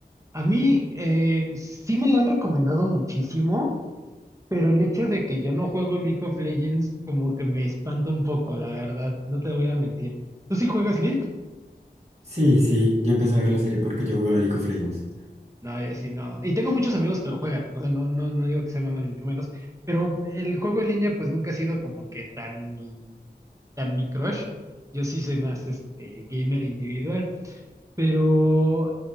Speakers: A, on the right (about 20°); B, on the right (about 40°).
A: A mí eh, sí me la han recomendado muchísimo, pero el hecho de que yo no juego League of Legends como que me espanta un poco, la verdad. No te voy a mentir. ¿Tú sí juegas League?
B: Sí, sí, yo empecé a ver la serie porque yo jugaba League of Legends.
A: No, yo sí no. Y tengo muchos amigos que lo juegan. O sea, no, no, no digo que sea malo ni mucho menos. Pero el juego en línea pues nunca ha sido como que tan mi, tan mi crush. Yo sí soy más este gamer individual. Pero